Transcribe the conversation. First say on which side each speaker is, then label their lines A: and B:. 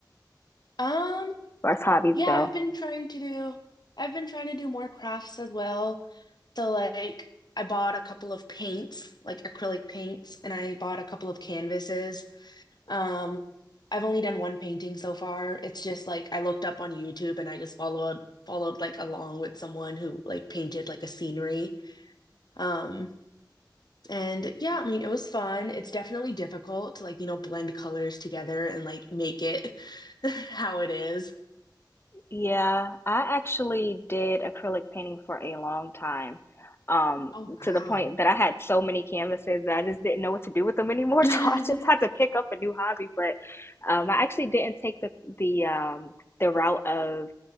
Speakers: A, on the left; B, on the left.
A: Um,
B: far as hobbies
A: yeah,
B: go?
A: I've been trying to do I've been trying to do more crafts as well. So like I bought a couple of paints, like acrylic paints, and I bought a couple of canvases. Um, I've only done one painting so far. It's just like I looked up on YouTube and I just followed followed like along with someone who like painted like a scenery. Um And yeah, I mean, it was fun. It's definitely difficult to like, you know, blend colors together and like make it <laughs> how it is.
B: Yeah, I actually did acrylic painting for a long time, um,
A: Oh,
B: to
A: wow.
B: the point that I had so many canvases that I just didn't know what to do with them anymore.
A: <laughs>
B: <laughs> So I just had to pick up a new hobby. But um, I actually didn't take the the um, the route of